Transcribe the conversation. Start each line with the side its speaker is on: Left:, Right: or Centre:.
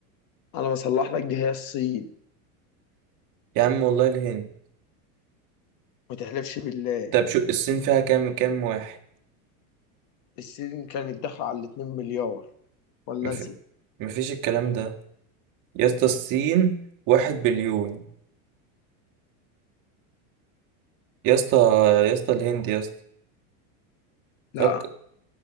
Left: انا بصلح لك دي هي الصين
Right: يا عم والله الهند
Left: ما تحلفش بالله
Right: طب شو الصين فيها كام كام واحد
Left: السين كانت داخلة على الاتنين مليار ولا
Right: مف...
Left: زيادة
Right: مفيش الكلام ده يا اسطى الصين واحد بليون يا اسطى يا اسطى الهند يا اسطى
Left: لا
Right: فك...